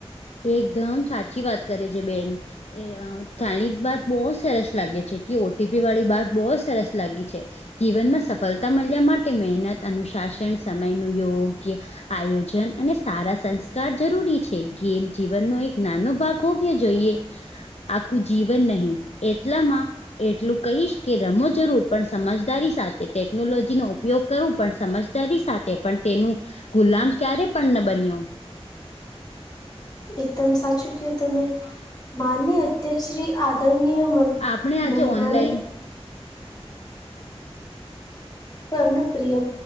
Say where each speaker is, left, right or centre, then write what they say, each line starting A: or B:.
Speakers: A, on the left; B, on the left.
A: એકદમ સાચી વાત કરે છે બેન એ અ જાણી વાત બહુ સરસ લાગે છે કે ઓટીપી વાળી વાત બહુ સરસ લાગી છે. જીવનમાં સફળતા મળ્યા માટે મહેનત અનુશાસન સમયનનું યોગ્ય આયોજન અને સારા સંસ્કાર જરૂરી છે ગેમ જીવનનો એક નાનો ભાગ હોવ્યો જોઈએ આખું જીવન નહીં એટલામાં એટલું કહીશ કે રમો જરૂર પણ સમજદારી સાથે ટેકનોલોજીનો ઉપયોગ કરું પણ સમજદારી સાથે પણ તેનું ગુલામ ક્યારે પણ ન બન્યો.
B: એકદમ સાચું કીધું તમે માન્ય અધ્યક્ષ શ્રી આદરણીય મ
A: આપણે આજે
B: મહેમાનો
A: ઓનલાઈન
B: ઘરનું પ્રિય